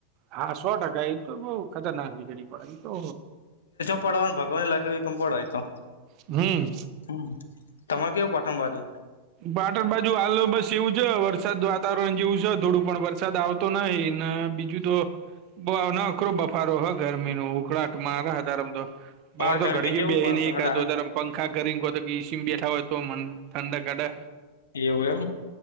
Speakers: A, on the right (about 40°); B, on the left (about 65°).
A: હા સો ટકા એ તો બઉ ખતરનાક વીજળી પડે ઈ તો
B: પડવા ભગવાને લખ કેમ પડવાય તો
A: હમ
B: હમ તમારે કેવું પાઠમ બાજુ?
A: પાટણ બાજુ હાલો બસ એવું છે વરસાદ વાતાવરણ જેવું છે થોડું પણ વરસાદ આવ તો નહી ને બીજું તો નકરો બફારો હ ગરમીનો ઉકળાટ માંગે છે તારમ તો બાર
B: હવે
A: તો
B: ગરમી
A: ઘડી
B: જેવું
A: બે
B: પણ
A: નહી કરાું
B: વરસાદ આવે
A: તાર પંખા કરીને તો ઈસીમ બેઠા હોય તો ઠંડાક અડે.
B: એવું